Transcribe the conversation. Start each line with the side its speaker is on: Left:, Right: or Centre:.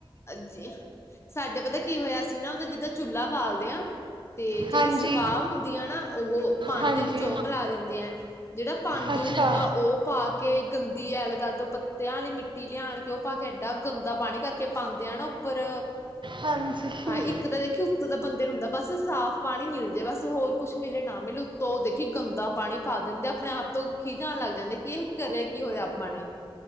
Left: ਜ ਸਾਡੇ ਪਤਾ ਕੀ ਹੋਇਆ ਸੀ ਨਾ ਉਹਦਾ ਜਿੱਦਾਂ ਚੁੱਲ੍ਹਾ ਬਾਲਦੇ ਹਾਂ ਤੇ ਜਿਹੜੀ
Right: ਹਾਂਜੀ।
Left: ਸਵਾਹ ਹੁੰਦੀ ਆ ਨਾ ਉਹੋ ਪਾਣੀ
Right: ਹਾਂਜੀ।
Left: ਦੇ ਵਿੱਚ ਉਹ ਮਿਲਾ ਦਿੰਦੇ ਐ ਜਿਹੜਾ ਪਾਂਡ
Right: ਅੱਛਾ।
Left: ਹੁੰਦਾ ਉਹ ਪਾ ਕੇ ਗੰਦੀ ਐਲ ਦਲ ਤੋਂ ਪੱਤਿਆਂ ਮਿੱਟੀ ਲਿਆਣ ਕੇ ਉਹ ਪਾ ਕੇ ਐਏਡਾ ਗੰਦਾ ਪਾਣੀ ਕਰਕੇ। ਪਾਉਂਦੇ ਆ ਨਾ ਉੱਪਰ
Right: ਹਾਂਜੀ।
Left: ਹਾਂ ਇੱਕ ਤਾਂ ਦੇਖੀ ਉੱਤੋਂ ਦਾ ਬੰਦੇ ਨੂੰ ਹੁੰਦਾ ਬਸ ਸਾਫ਼ ਪਾਣੀ ਮਿਲਜੇ ਬਸ ਹੋਰ ਕੁਛ ਮਿਲੇ ਨਾ ਮਿਲੇ ਉੱਤੋਂ ਓਹ ਦੇਖੀ ਗੰਦਾ ਪਾਣੀ ਪਾ ਦਿੰਦੇ ਆਪਣੇ ਆਪ ਤੋਂ ਖੀਜ ਆਣ ਲੱਗ ਜਾਂਦੇ ਕੀ ਇਹ ਕਰਿਆ ਕੀ ਹੋਇਆ ਆਪਾਂ ਨੇ।